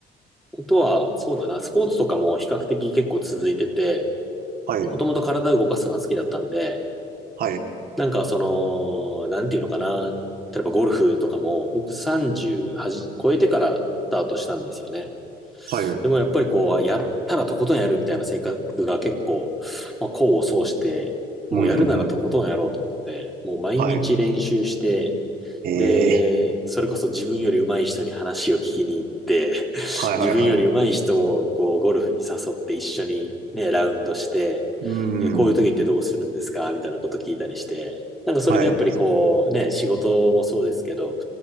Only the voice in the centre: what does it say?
あとは、そうだな、スポーツとかも比較的結構続いてて、
もともと体を動かすのが好きだったんで、
なんかその、なんていうのかな、例えばゴルフとかも僕30はじ超えてからスタートしたんですよね。
でもやっぱりこう、やったらとことんやるみたいな性格が結構、まあ、功を奏して、もうやるならとことんやろうと思って、
もう毎日練習して、
で、それこそ自分より上手い人に話を聞きに行って、<laughs>
自分より上手い人をこうゴルフに誘って一緒にね、
ラウンドして、
え、こういう時ってどうするんですかみたいなこと聞いたりして、なんかそれでやっぱりこうね、
仕事もそうですけど、